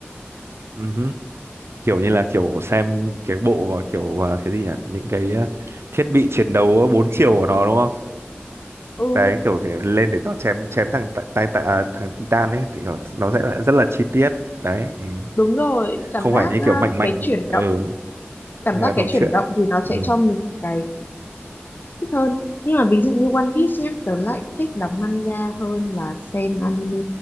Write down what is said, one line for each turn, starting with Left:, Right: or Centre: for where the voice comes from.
Right: ừ kiểu như là kiểu xem cái bộ mà kiểu à, cái gì nhỉ những cái à, thiết bị chiến đấu bốn chiều của nó đúng không
Left: Ừ,
Right: đấy kiểu cái lên để nó chém chém thằng t- tay tại à, thằng Titan ấy thì kiểu nó sẽ lại rất là chi tiết đấy ừ.
Left: đúng rồi, cảm
Right: không
Left: giác
Right: phải như
Left: ờ,
Right: kiểu mạnh mạnh
Left: cái chuyển
Right: ừ,
Left: động, cảm
Right: như
Left: giác
Right: là
Left: cái
Right: trong
Left: chuyển
Right: truyện
Left: động thì nó sẽ
Right: ừ.
Left: cho mình cái thích hơn nhưng mà ví dụ như One Piece nhé tớ lại thích đọc manga hơn là xem anime